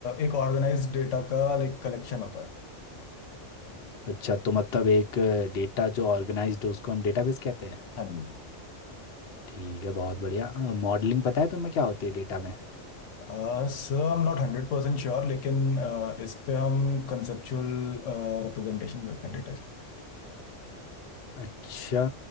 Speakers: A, on the left (about 85°); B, on the left (about 60°).
A: एक ऑर्गेनाइज्ड डेटा का लाइक कलेक्शन होता है
B: अच्छा तो मतलब एक डेटा जो ऑर्गेनाइज्ड हो उसको हम डेटाबेस कहते हैं
A: हाँ जी
B: ठीक है बहुत बढ़िया मॉडलिंग पता है तुम्हें क्या होती है डेटा में
A: आ, Sir I am not हंड्रेड परसेंट sure लेकिन आ, इस पे हम कंसेप्चुअल रिप्रेजेंटेशन करते हैं डेटा
B: अच्छा